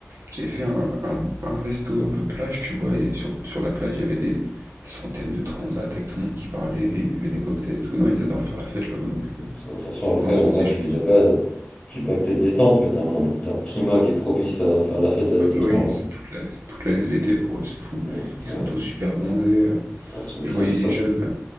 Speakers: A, on the right (about 75°); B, on the left (about 25°).
A: J'avais fait un, un- un resto un peu plage, tu vois, et sur, sur la plage, il y avait des centaines de transats avec tout le monde qui parlait, des buvait
B: vrai.
A: des cocktails et tout. Non, ils adorent faire la fête là-bas, donc euh,
B: De toute façon,
A: c'est
B: après,
A: pas un souci,
B: en vrai, tu
A: je pense.
B: vis là-bas, je dis pas que t'es détente, mais t'as un, t'as un climat qui est propice à faire la fête, à
A: Ah
B: se détendre.
A: bah oui, c'est toute la, c'est toute l'année l'été pour eux, c'est fou.
B: hein. Mm.
A: Ils sont
B: Ah
A: tous
B: oui.
A: super bronzés. euh.
B: Ah, tu m'étonnes,
A: Je voyais
B: ils
A: les
B: sortent.
A: jeunes, euh,